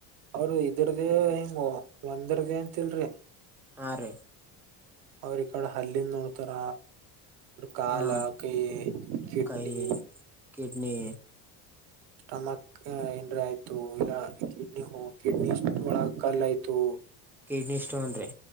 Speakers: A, on the right; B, in the centre.
A: ಅವರು ಇದ್ರದ ಹಿಂಗ ಒಂದರ್ದೇ ಅಂತಲ್ರಿ
B: ಹಾ ರೀ
A: ಅವ್ರ ಈ ಕಡೆ ಹಲ್ಲಿಂದ ನೋಡ್ತಾರ ಕಾಲ
B: ಹಾ
A: ಕೈ ಕಿಡ್ನಿ
B: ಕೈ ಕಿಡ್ನಿ
A: ಸ್ಟಮಕ್ ಇಂಡ್ರಿ ಆಯ್ತು ಇಲ್ಲ ಕಿಡ್ನಿ ಹ ಕಿಡ್ನಿ ಇಷ್ಟ ಒಳಗ ಕಲ್ ಆಯ್ತು <unintelligible>
B: ಕಿಡ್ನಿ ಸ್ಟೋನ್ ರೀ